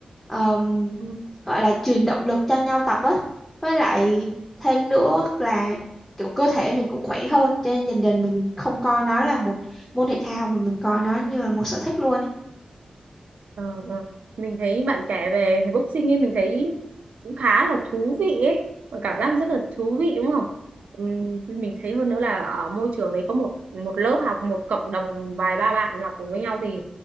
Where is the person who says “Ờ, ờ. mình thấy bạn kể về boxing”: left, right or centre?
Right